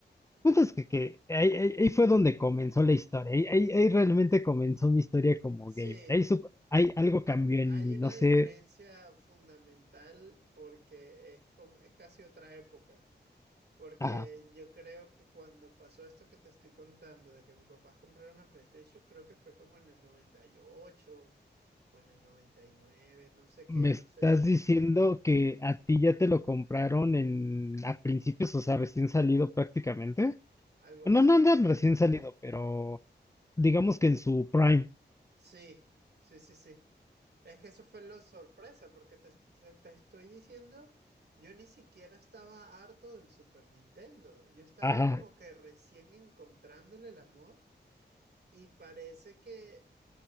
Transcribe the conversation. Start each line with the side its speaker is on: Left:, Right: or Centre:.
Left: Punto es que, que ahí, ahí- ahí fue donde comenzó la historia. Ahí, ahí- ahí realmente comenzó mi historia como
Right: Sí,
Left: gamer. Ahí, sup- ahí algo cambió en
Right: Hay
Left: mí,
Right: una
Left: no sé.
Right: diferencia fundamental porque es como, es casi otra época. Porque
Left: ah,
Right: yo creo que cuando pasó esto que te estoy contando, de que mis papás compraron el PlayStation, creo que fue como en el 98 o en el 99 no sé
Left: me
Right: qué, no
Left: estás
Right: sé,
Left: diciendo que a ti ya te lo compraron en a principios, o sea, recién salido prácticamente.
Right: algo
Left: No,
Right: así.
Left: no, no, recién salido, pero. digamos
Right: Al-
Left: que en su prime.
Right: Sí, sí, sí, sí. Es que eso fue la sorpresa, porque te, te- te estoy diciendo, yo ni siquiera estaba harto del Super Nintendo. Yo estaba
Left: Ajá,
Right: como que recién encontrándole el amor y parece que,